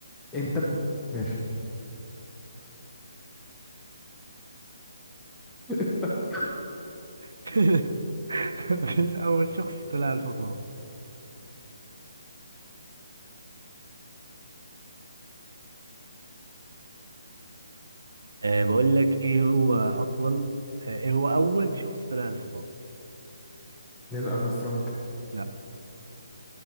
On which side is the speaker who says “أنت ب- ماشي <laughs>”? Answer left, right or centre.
Centre